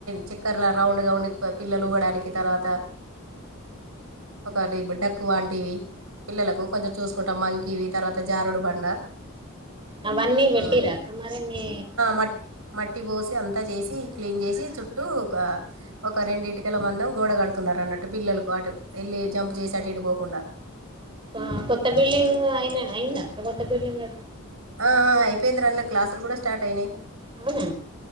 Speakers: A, on the right (about 85°); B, on the right (about 25°).
A: చక్కర్లా రౌండ్గా ఉండి పిల్లలు ఉగ్డానికి తర్వాత ఒకటి బుడ్డకు వంటివి పిల్లలకు కొంచె చూస్కుంటాం మంకిీవి తర్వాత జారుడు బండ
B: అవన్నీ పెట్టిరక్క
A: ఆ.
B: మరి మీ
A: మట్ మట్టి పోసి అంతా చేసి క్లీన్ చేసి చుట్టూ ఒక ఒక రెండు ఇటుకల మందం గోడ కడుపుము అతున్నన్నారు అన్నట్టు పిల్లలకు అటు వెళ్ళి జంప్ చేసి అటు ఇటు పోకుండా
B: ఆ కొత్త బిల్డింగ్ అయినా అయింద కొత్త బిల్డింగ్
A: ఆ అయిపోయింది అందులో క్లాసులు కూడా స్టార్ట్ అయినాయి
B: అవునా